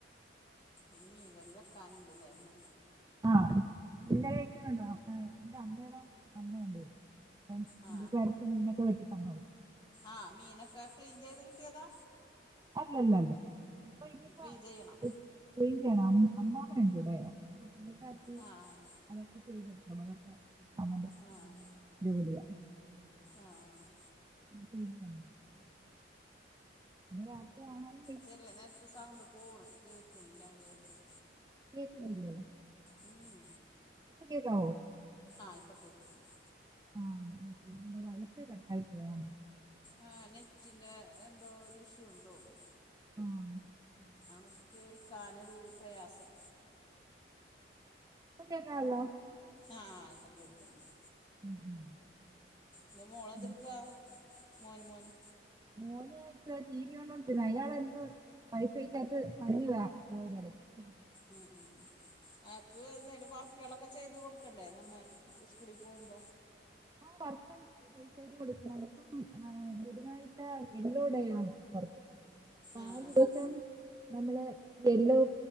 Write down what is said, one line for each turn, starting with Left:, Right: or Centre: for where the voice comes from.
Left: ഇനി മീൻകറി വെക്കാന്ണ്ട് ലേ ഇന്ന്.
Right: ആഹ് മീൻ കറി വയ്ക്കാറുണ്ടോ ഏഹ് എന്റെ അമ്മയുടെ അമ്മണ്ടു വിടി- അപ്പ പുളളിക്കാരത്തി
Left: ആ
Right: മിനൊക്കെ വെടി തന്നോളു.
Left: ആഹ് മീനൊക്കെ ക്ലീൻ ചെയ്ത് കിട്ടിയതാ.
Right: <unintelligible>
Left: ക്ലീൻ ചെയ്യണം
Right: <inaudible>
Left: ആഹ്.
Right: അതൊക്കെ ചെയ്തെടുക്കും അവരൊക്കെ അവ
Left: ആഹ്?
Right: ജോലിയ
Left: ആഹ്.
Right: <unintelligible> രാത്രിയാവുമ്പോൾ
Left: ചെറ്യേ നേര്ത്ത് സൗണ്ട് പോണ് കേക്ണില്ല അത് കാരണം
Right: കേക്കുന്നില്ലേ?
Left: ഉം
Right: ഇപ്പം കേക്കാവോ
Left: ആഹ് ഇപ്പ കേക്കണുണ്ട്.
Right: ആഹ് ഇപ്പം വൈ ഫൈ കട്ടായി പോയോ?
Left: ആഹ് നെറ്റിന്റെ എന്തോ ഒരു ഇഷ്യൂന്ന് തോന്നണ്
Right: ആഹ്.
Left: ആണ് കേൾക്കാനൊരു പ്രയാസം.
Right: ഇപ്പം കേക്കാല്ലോ.
Left: ആഹ് ഇപ്പ കേൾക്ണുണ്ട്.
Right: <inaudible>
Left: ൻ്റ മോള്
Right: പിന്നെ
Left: എന്ത്ട്ക്കാ മോന് മോന്.
Right: മോന് ഇത്ര ടി വി കണ്ടോണ്ടിരുന്നേ അയാള് ഇപ്പം. വൈഫൈക്കത്ത് പണിഞ്ഞതാ പോയി കിട
Left: ഉം ഉം ആക്ക് എന്തേലും വർ ക്കെളാക്കെ ചെയ്ത് കൊടുക്കണ്ടേ നമ്മേ സ്കൂളിൽ പോകുമ്പ.
Right: <unintelligible> പർപ്പ്- <unintelligible> സേജ് കൊടുക്കാന് ബുധനാഴ്ച <unintelligible> ടെയാ. <unintelligible> ആ
Left: ആഹ്
Right: ദിവസം.
Left: ആഹ്
Right: നമ്മള് യെല്ലോ